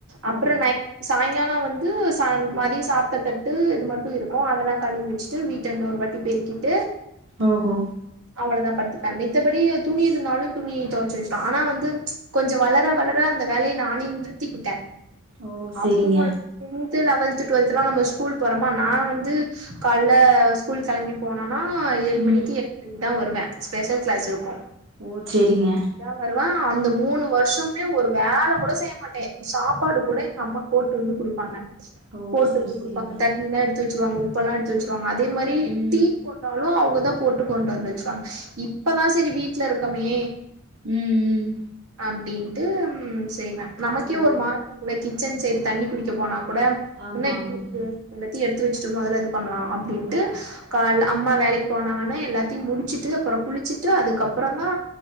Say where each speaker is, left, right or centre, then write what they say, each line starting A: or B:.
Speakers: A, on the right; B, on the right.
A: அப்ற
B: ஓ
A: நை சாய்ங்கால வந்து சான் மதிய சாப்ட்ட தட்டு இது மட்டு இருக்கு அதெல்லா கழுவி வெச்சு ட்டு வீட்ட இன்னொரு வாட்டி பெருக்கிட்டு
B: ஓஹோ
A: அவளதா படுத்துக் குவ மித்தபடி எ துணி இருந்தாலு துணிய தொவச்சு வெச்சுக்லா ஆனா வந்து கொஞ்ச வளர வளர அந்த வேலைய நானே நிறுத்திக்கிட்டே
B: ஓ சேரிங்க
A: அப்றோ ஒரு டென்த்து லவல்த்து டுவெல்த்துலா நம்ம ஸ்கூல் போறமா நா வந்து கால்ல ஸ்கூல் கெளம்பிப் போனோன்னா ஏழு மணிக்கி
B: ம்
A: எட்ரைக்குதா வருவே ஸ்பெஷல் கிளாஸ் இருக்கு
B: ஓ சேரிங்க
A: தா வருவே அந்த மூணு வருஷமுமே ஒரு வேலை கூட செய்ய மாட்டே சாப்பாடு கூட எங் கம்மா போட்டு வந்து குடுப்பாங்க
B: ஓ
A: போட்டு
B: சேரி
A: வந்து குடுப்பாங்க
B: சேரிங்க
A: தண்ணி எல்லா எடுத்து வச்சுருவாங்க உப்பெல்லா எடுத்து வச்சுருவாங்க அதே மாதிரி
B: ம்
A: டீ போட் டாலு அவுங்கதா போட்டு கொண்ட்டு வந்து வச்சுருவாங்க இப்பதா சேரி வீட்ல இருக்கமே
B: ம் ம்
A: அப்டின்ட்டு செய்வே நமக்கே
B: ஓ
A: ஒரு மாரி இருக் இந்த கிச்சன் சைடு தண்ணி குடிக்க போனா கூட
B: ஆமா
A: என்ன இப்டி
B: ஆமாங்க
A: இருக்கு எல்லாத்தையு எடுத்து வச்சுட்டு மொதல்ல இது பண்ணலா அப்டின்ட்டு கால்ல அம்மா வேலைக்கி போன ஒன்ன எல்லாத்தையு முடிச்சிட்டு அப்பறோ குளிச்சிட்டு அதுக்கு அப்பறோந்தா